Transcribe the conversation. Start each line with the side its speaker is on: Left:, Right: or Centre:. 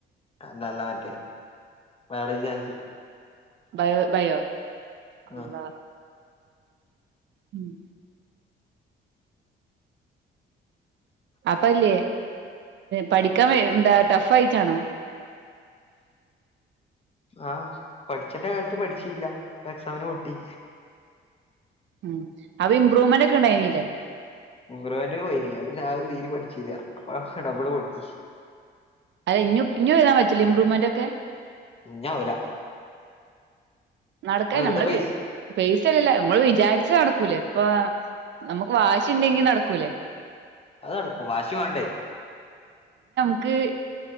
Left: അതല്ല, മറ്റേത് ബയോളജി സയൻസ്.
Right: ബയോ ബയോ അല്ലാഹ്!
Left: ആ
Right: ഉം. അപ്പല്ല്യ, പഠിക്കാൻ എന്താ
Left: പ-
Right: ടഫ് ആയിട്ടാണോ?
Left: ആഹ്, പഠിച്ചണ്ടക്കാലത്ത് പഠിച്ചീല്യ, ഇപ്പോ എക്സാമിന് പൊട്ടി.
Right: ഉം, അപ്പോ ഇമ്പ്രൂവ്മെന്റ് ഒക്കെ ഉണ്ടായിനില്ലേ.
Left: ഇംമ്പ്രൂവ്മെന്റിന് പോയിനി, അത് തീരെയും പഠിച്ചില്ല, അപ്പൊ ഡബിള് പൊട്ടി.
Right: അതെ, ഇഞ്ഞും ഇഞ്ഞും എഴുതാൻ പറ്റില്ലേ ഇമ്പ്രൂവ്മെന്റ് ഒക്കെ.
Left: ഇഞ്ഞാവൂല.
Right: നടക്കാൻ
Left: വെറുതെ
Right: നമ്മള്
Left: പൈസ
Right: പൈസല്ലില്ല, നമ്മള് വിചാരിച്ച് നട നടക്കൂലേ, ഇപ്പ നമുക്ക് വാശിണ്ടെങ്കിൽ നടക്കൂലേ.
Left: അത് നടക്കും, വാശി വേണ്ടേ.
Right: ' <unintelligible>